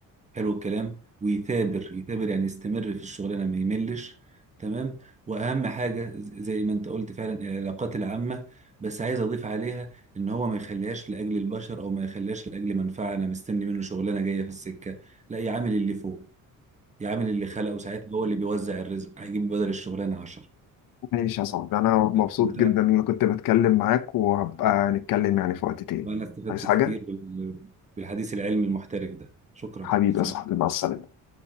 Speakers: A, on the right; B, on the left.
A: حلو الكلام ويثابر يثابر يعني يستمر في الشغلانه ما يملش تمام واهم حاجه ز- زي ما انت قلت فعلا العلاقات العامه بس عايز اضيف عليها ان هو ما يخليهاش لاجل البشر او ما يخليهاش لاجل منفعه انا مستني منه شغلانه جايه في السكه لا يعامل اللي فوق يعامل اللي خلقه ساعتها هو اللي بيوزع الرزق هيجيب بدل الشغلانه 10
B: ماشي يا صاحبي أنا مبسوط
A: انت بتعرف،
B: جدا إن أنا كنت بتكلم معاك وهبقى نتكلم يعني في وقت تاني
A: وانا استفدت
B: عايز حاجة؟
A: كتير بال- بالحديث العلمي المحترف ده شكرا
B: حبيبي
A: سلام.
B: يا صاحبي مع السلامة